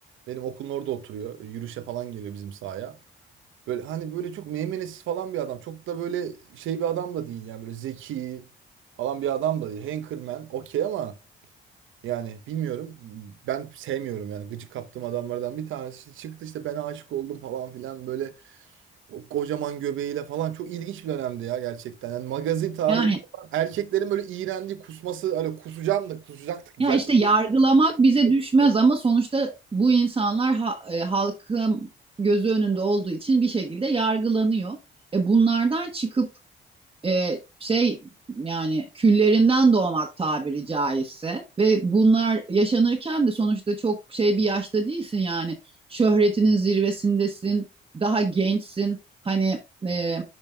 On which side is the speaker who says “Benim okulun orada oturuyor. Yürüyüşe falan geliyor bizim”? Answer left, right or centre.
Right